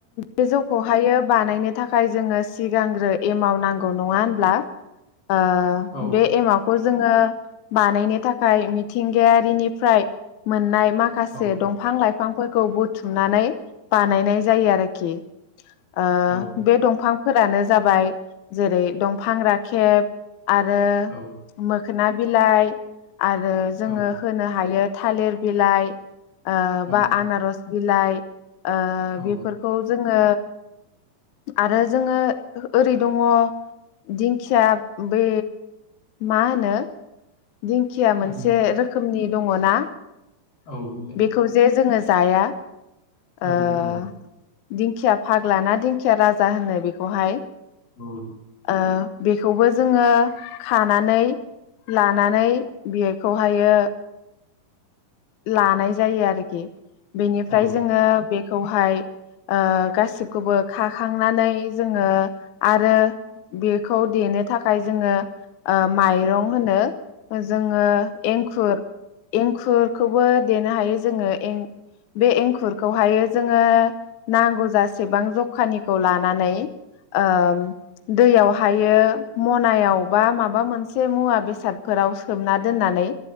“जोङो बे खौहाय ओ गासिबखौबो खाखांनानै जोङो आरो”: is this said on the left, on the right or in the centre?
Left